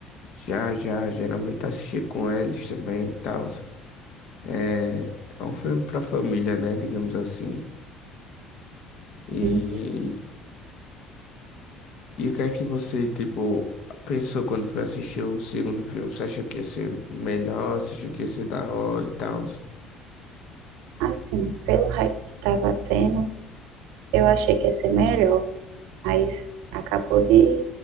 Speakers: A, on the left; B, on the right.
A: Já, já, geralmente assisti com eles também e tal. É, é um filme pra família, né? Digamos assim. E
B: Enfim.
A: E o que é que você, tipo, pensou quando foi assistir o segundo filme? Você achou que ia ser melhor? Você achou que ia ser da hora e tal?
B: Assim, pelo hype que tava tendo, eu achei que ia ser melhor. Mas acabou de,